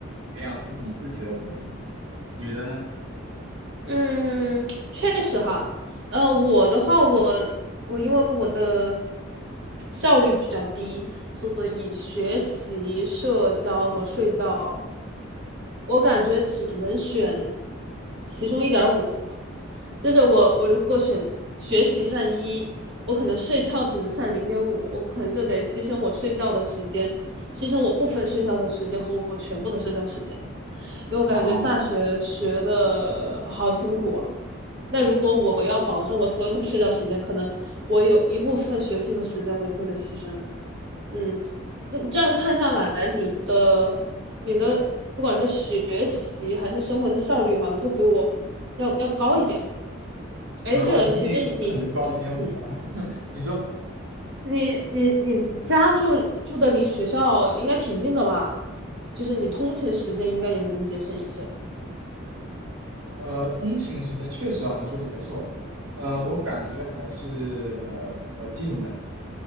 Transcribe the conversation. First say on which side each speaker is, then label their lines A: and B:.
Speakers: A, on the right; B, on the right.
A: 培养自己自学的能力嘛。你觉得呢？
B: 嗯，确实哈，呃，我的话，我我因为我的效率比较低，所以学习、社交和睡觉，我感觉只能选其中一点五。就是我我如果选学习占一，我可能睡觉只能占零点五，我可能就得牺牲我睡觉的时间，牺牲我部分睡觉的时间和我全部的社交时间。因为我感觉大学学的好辛苦啊。
A: 啊、
B: 那如果我要保证我所有的睡觉时间，可能我有一部分学习的时间我就得牺牲。嗯，这这样看下来，你的你的不管是学习还是生活的效率，好像都比我要要高一点啊。哎，
A: 嗯，
B: 对了，
A: 我比你可能高零点五吧。
B: 你是你，嗯，
A: <laughs> 你说，
B: 你你你家住住的离学校应该挺近的吧？就是你通勤时间应该也能节省一些。
A: 呃，通行时间确实啊，你说的没错。呃，我感觉还是呃比较近的，